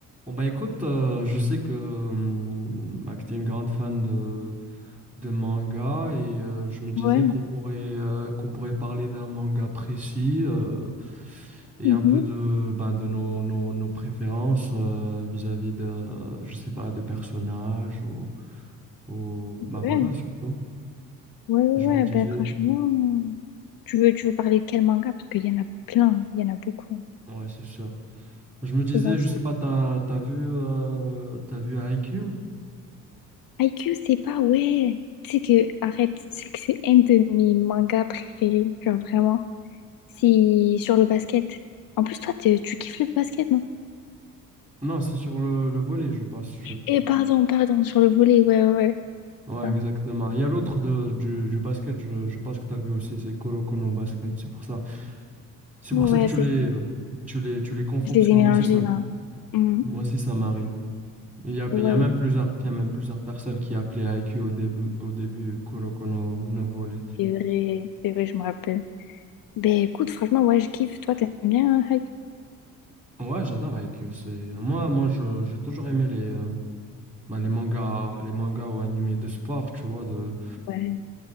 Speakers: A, on the right; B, on the left.
A: Bon bah écoute, euh, je sais que, hum, bah, que tu es une grande fan de, de manga et euh, je me disais
B: Ouais.
A: qu'on pourrait, euh, qu'on pourrait parler d'un manga précis euh, et
B: Mhm.
A: un peu de, ben, de nos, nos, nos préférences euh, vis-à-vis de, euh, je sais pas, de personnages ou, ou bah voilà,
B: Ouais.
A: surtout.
B: Ouais, ouais,
A: Je me disais,
B: ouais. Ben, franchement, tu veux, tu veux parler de quel manga? Parce qu'il y en a plein, il y en a beaucoup.
A: ouais, c'est sûr. Je me disais,
B: Je vais voir
A: je
B: ça.
A: sais pas, t'as, t'as vu, euh, t'as vu Haikyuu?
B: Q c'est pas, ouais. Tu sais que, arrête, tu sais que c'est un de mes mangas préférés, genre vraiment. C'est sur le basket. En plus, toi, t'es- tu kiffes le basket, non?
A: Non, c'est sur le, le volet, je pense.
B: Et pardon, pardon, sur le volley, ouais, ouais. ouais.
A: Ouais,
B: C'est ça.
A: exactement. Il y a l'autre de- du, du basket, je, je pense que tu as vu aussi, c'est Colo Colo basket. C'est pour ça, c'est
B: Ouais,
A: pour ça que tu
B: c'est
A: les,
B: ça.
A: tu les, tu les confonds,
B: Je
A: parce
B: les
A: que
B: ai
A: moi
B: mélangés
A: aussi, ça,
B: là. Mhm.
A: moi aussi, ça m'arrive. Il y a,
B: Ouais,
A: il y a même
B: ouais,
A: plusieurs, il y a même plusieurs personnes qui appelaient IQ au début, au début Colo Colo no Volley.
B: c'est vrai, c'est vrai, je me rappelle. Ben écoute, franchement, ouais, je kiffe. Toi, t'aimes bien hein,
A: Ouais, j'adore IQ. C'est, moi, moi, je, j'ai toujours aimé les, euh, ben, les mangas, les mangas ou animés de sport, tu vois, de,
B: Ouais.